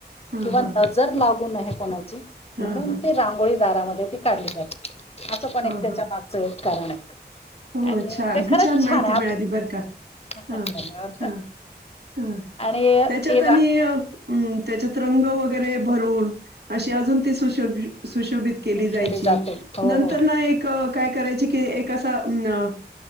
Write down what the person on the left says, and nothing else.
किंवा
नजर लाव कुण ना आहे कोणाची
म्हणून
ते रांगोळी दारामध्ये ती काढली जातं असं पण
एक त्याच्या
मागचं एक कारण आहे.
आणि
ते खरंच
छान आहे
धन्यवाद
आणि
ते
रा
केले जाते हो
हो